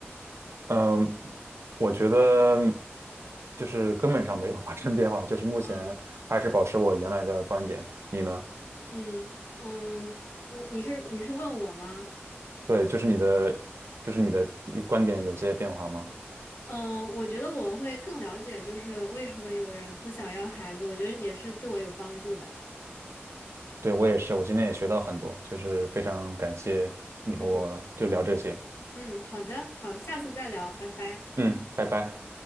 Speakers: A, on the right; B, on the left.
A: 嗯，我觉得就是根本上没有发生变化，就是目前还是保持我原来的观点。
B: 啊，
A: 你呢？
B: 嗯嗯，我你是你是问我吗？
A: 对，就是你的，就是你的一观点有些变化吗？
B: 嗯，我觉得我会更了解，就是为什么有人不想要孩子，我觉得也是对我有帮助的。
A: 对，我也是，我今天也学到很多，就是非常感谢你和我就聊这些。
B: 嗯嗯，好的，好，下次再聊，拜拜。
A: 嗯，拜拜。